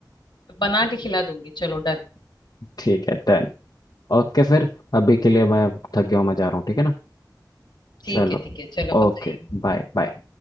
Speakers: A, on the left; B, on the left.
A: बना के खिला दूंगी चलो डन
B: ठीक है डन ओके फिर अभी के लिए मैं थक गया हूँ मैं जा रहा हूँ ठीक है ना
A: ठीक
B: चलो
A: है ठीक है चलो
B: Okay
A: बाय
B: bye bye